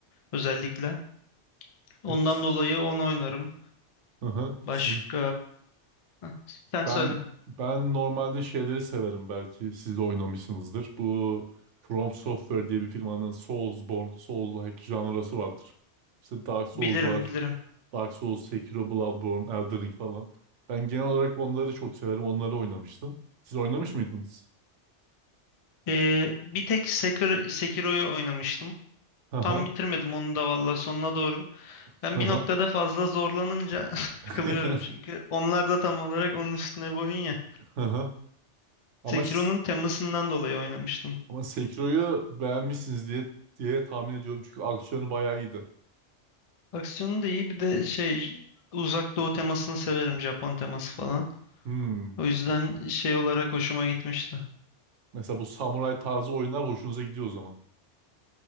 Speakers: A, on the left (about 45°); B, on the right (about 80°).
A: özellikle.
B: Peki.
A: Ondan dolayı onu oynarım.
B: Aha.
A: Başka...
B: Siz...
A: Hah, sen
B: Ben
A: söyle.
B: ben normalde şeyleri severim belki siz de oynamışsınızdır. Bu From Software diye bir firmanın Soulsborne, Souls-like janrası vardır. İşte Dark Souls'lar,
A: Bilirim bilirim.
B: Dark Souls, Sekiro, Bloodborne, Elden Ring falan. Ben genel olarak onları çok severim. Onları oynamıştım. Siz oynamış mıydınız?
A: Ee, bir tek Sekir- Sekiro'yu oynamıştım.
B: Haha.
A: Tam bitirmedim onu da valla sonuna doğru.
B: Haha.
A: Ben bir noktada fazla zorlanınca <laughs>
B: <laughs>
A: sıkılıyorum çünkü. Onlar da tam olarak onun üstüne boyun ya.
B: Haha. Ama
A: Sekiro'nun
B: s-
A: temasından dolayı oynamıştım.
B: ama Sekiro'yu beğenmişsiniz diye diye tahmin ediyorum çünkü aksiyonu bayağı iyiydi.
A: Aksiyonu da iyi bir de şey uzak doğu temasını severim Japon teması falan.
B: Hmm.
A: O yüzden şey olarak hoşuma gitmişti.
B: Mesela bu samuray tarzı oyunlar hoşunuza gidiyor o zaman.